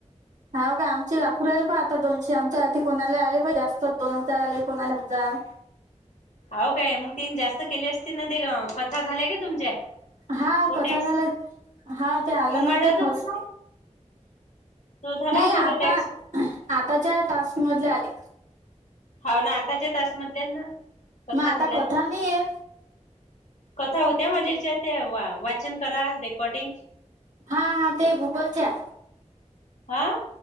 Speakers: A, on the right; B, on the left.
A: हाउ काय आमचे दाखू राहिले पाय आता दोनशे आमच्या आदि कोणाला आले पाय जास्त दोन हजार आले कोणाला हजार.
B: हो काय मग तिन जास्त केले असतीन तेग कथा झाल्या काय तुमच्या?
A: हा हो
B: तो
A: कथा
B: टॅक्स.
A: झाल्यात हा ते आलं
B: मग
A: नव्हते
B: माझा तर
A: फस
B: तो झाला तो झाला
A: नाही
B: माझा
A: आता
B: टॅक्स
A: आताच्या टास्क मधले आले.
B: हाव ना आताच्या टास्क मधल्यात ना कथा
A: मग आता
B: झाल्या ना
A: नाही आहे
B: कथा होत्या माझ्या हेच्यात ते वा वाचन करा रेकॉर्डिंग.
A: हा हा ते गुगलच्या.
B: हा.